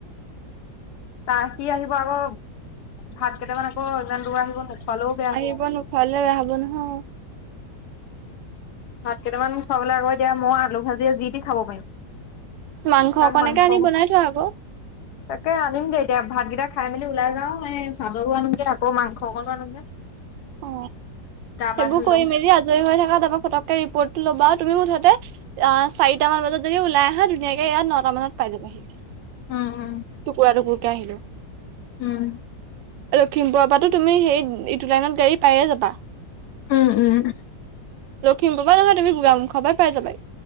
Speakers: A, on the left; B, on the right.
A: তা সি আহিব আকৌ, ভাত কেইটামান আকৌ ইমান দূৰ আহিব নোখোৱালেও বেয়া হ'ব।
B: আহিব নোখোৱালেও বেয়া হ'ব নহয়।
A: ভাত কেইটামান খুৱাবলে আকৌ এতিয়া মই আলু ভাজিয়ে যি টি খাব পাৰিম।
B: মাংস
A: তাক
B: অকণনেকে
A: মাংস
B: আনি বনাই থও আক।
A: তাকে আনিমগে এতিয়া ভাতকেইটা খাই মেলি ওলাই যাওঁ, এই চাদৰো আনিমগে আকৌ মাংসকনো আনোঁগে।
B: অ সেইবোৰ
A: পা ধুই
B: কৰি
A: লওঁ
B: মেলি আজ আজৰি হৈ থকা তাপা ফটকে ৰিপৰ্টটো ল'বা, তুমি মুঠতে অ চাৰিটা মান বজাত যদি ওলাই আহা ধুনীয়াকে ইয়াত নটা মানত পাই যাবাহি।
A: উম উম
B: টুকুৰা টুকুৰকে আহিলে।
A: উম।
B: লখিমপুৰৰ পৰাটো তুমি সেই ইটো লাইনত গাড়ী পাইয়ে যাবা?
A: উম, উম।
B: লখিমপুৰ পৰা নহয় তুমি গোগামুখৰ পৰা পাই যাবা